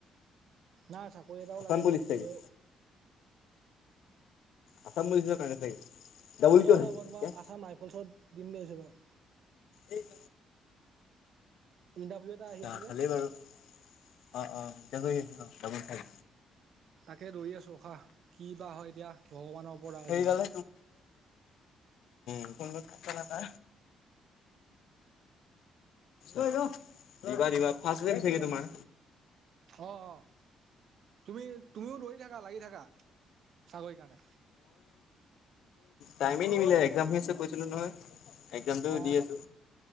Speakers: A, on the right; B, on the left.
A: নাই চাকৰি এটাও
B: আছাম
A: লাগে
B: পুলিচ
A: নহয়
B: চাগে
A: নিজৰ।
B: আ বুলিলিছ কাৰে চাগে। ডাবুল
A: নহয়
B: কিয় খাইছিলি
A: নহয় মই তোমাৰ
B: তেতিয়া?
A: আসাম ৰাইফলছত দিম বুলিাবছোঁ বাাৰু।
B: এই ক।
A: ইণ্টাৰভিউ এটা আহি
B: আা
A: আছে যে
B: ভালেই বাৰু অ অছ অ যাব চ।
A: ত একে দৌৰি আছোঁ ৰখা কি বা হয় এতিয়া ভগৱানৰ পৰা
B: সেইডালে
A: আজি হয়।
B: ন না। অই ৰ দিবা দিবা ফাছ গেম চাগে তোমাৰ।
A: অঁ অঁ তুমি। তুমিও দৌৰি থাকা লাগি থাকা চাকৰি কাৰণে।
B: টাইমে নিমিলে একজাম হৈ আছে কৈছিলোঁ নহয়। এক্সামটো
A: অ
B: দি আছো